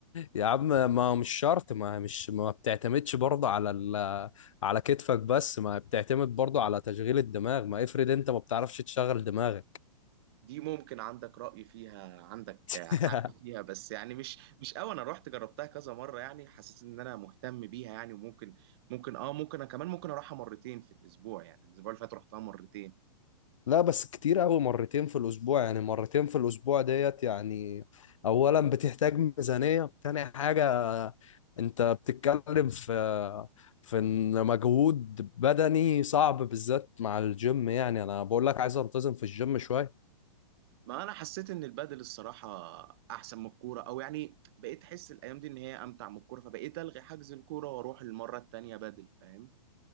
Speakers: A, on the left; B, on the right.
A: يا عم ما هو مش شرط ما مش ما بتعتمدش برضه على ال على كتفك بس ما بتعتمد برضه على تشغيل الدماغ ما افرض انت ما بتعرفش تشغل دماغك
B: دي ممكن عندك رأي فيها عندك
A: <laughs>
B: حق فيها بس يعني مش مش قوي انا رحت جربتها كذا مرة يعني حسيت ان انا مهتم بيها يعني وممكن ممكن اه ممكن انا كمان ممكن اروحها مرتين في الاسبوع يعني الاسبوع اللي فات رحتها مرتين
A: لا بس كتير قوي مرتين في الأسبوع يعني مرتين في الأسبوع ديت يعني أولا بتحتاج ميزانية تاني حاجة أنت بتتكلم في في إن مجهود بدني صعب بالذات مع الجيم يعني أنا بقول لك عايز أنتظم في الجيم شوية
B: ما انا حسيت ان البادل الصراحة احسن من الكورة او يعني بقيت احس الايام دي ان هي امتع من الكورة فبقيت الغي حجز الكورة واروح المرة التانية بادل فاهم